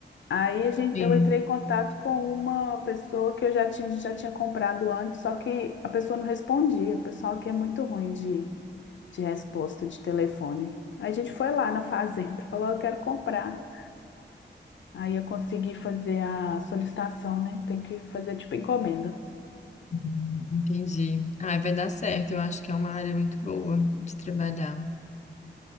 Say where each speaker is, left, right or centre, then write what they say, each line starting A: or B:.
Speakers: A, on the left; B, on the left.
A: Aí a gente,
B: Sim,
A: eu entrei em contato com uma pessoa que eu já tinha, já tinha comprado antes, só que a pessoa não respondia. O pessoal aqui é muito ruim de, de resposta de telefone. Aí a gente foi lá na fazenda, <laughs> falou, eu quero comprar. Aí eu consegui fazer a solicitação, né? Tem que fazer tipo encomenda.
B: Uhum, entendi. Ah, vai dar certo. Eu acho que é uma área muito boa de trabalhar.